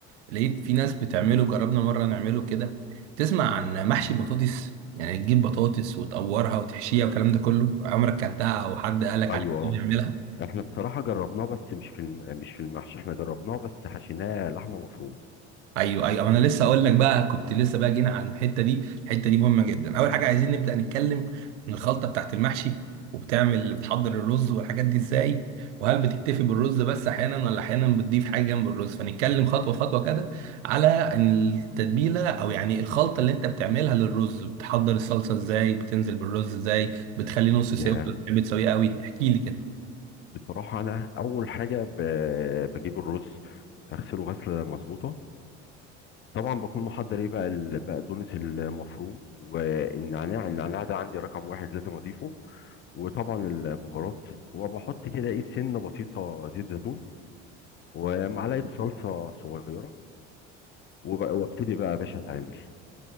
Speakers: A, on the right; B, on the left.
A: لقيت في ناس بتعمله جربنا مرة نعمله كده تسمع عن محشي بطاطس يعني تجيب بطاطس وتقورها وتحشيها والكلام ده كله عمرك كلتها او حد قالك
B: أيوه
A: عليك
B: آه.
A: اه بتعملها
B: إحنا بصراحة جربناه بس مش في الم... مش في المحشي إحنا جربناه بس حشيناه لحمة مفرومة
A: ايوه ايوه انا لسه اقول لك بقى كنت لسه بقى جينا على الحته دي الحته دي مهمه جدا اول حاجه عايزين نبدا نتكلم عن الخلطه بتاعت المحشي وبتعمل بتحضر الرز والحاجات دي ازاي وهل بتكتفي بالرز بس احيانا ولا احيانا بتضيف حاجه جنب الرز فنتكلم خطوه خطوه كده على التتبيله او يعني الخلطه اللي انت بتعملها للرز بتحضر الصلصه ازاي بتنزل بالرز ازاي بتخليه نص سوا
B: يا
A: ولا بتحب تسويه قوي احكي لي كده
B: بصراحة أنا أول حاجة ب... بجيب الرز أغسله غسلة مظبوطة طبعا بكون محضر إيه بقى البقدونس المفروم والنعناع النعناع ده عندي رقم واحد لازم أضيفه وطبعا البهارات وبحط كده ايه سنه بسيطه زيت زيتون ومعلقه صلصه صغيره وب- وابتدي بقى يا باشا اتعامل